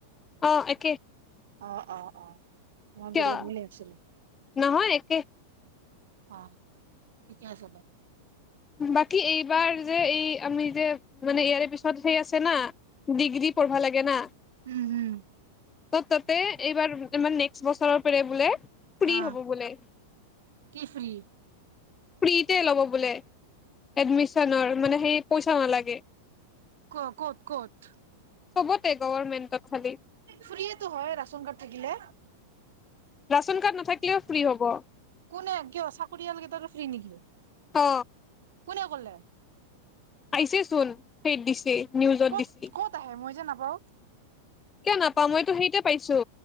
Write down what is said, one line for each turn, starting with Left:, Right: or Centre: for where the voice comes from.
Left: অ একে
Right: অ অ অ মই
Left: কিয়
Right: বেলেগ বুলি ভাবিছিলোঁ
Left: নহয় একে
Right: অ ঠিকে আছে দে
Left: বাকী এইবাৰ যে এই আমি যে মানে ইয়াৰে পিছত সেই আছে না ডিগ্ৰী পঢ়বা লাগে না
Right: উম উম
Left: তত ততে এইবা ইমান নেক্সট বছৰৰ পৰে বোলে ফ্ৰী
Right: আহ
Left: হ'ব বোলে
Right: কি ফ্ৰি
Left: ফ্ৰীতে ল'ব বোলে এডমিশ্যনৰ মানে সেই পইচাও নালাগে
Right: ক কত কত
Left: চবতে গভৰ্মেণ্টতত খালি
Right: ফ্ৰীয়েটো হয় ৰাচন কাৰ্ড থাকিলে
Left: ৰাচন কাৰ্ড নাথাকিলেও ফ্ৰী হ'ব
Right: কোনে কিয় চাকৰিয়ালকেতাৰো ফ্ৰী নেকি
Left: অ
Right: কোনে কলে
Left: আহিছে চোন সেইত দিছে নিউজত
Right: কত
Left: দিছে
Right: কত আহে মই যে নাপাওঁ
Left: কিয় নাপাওঁ মইতো সেইতে পাইছো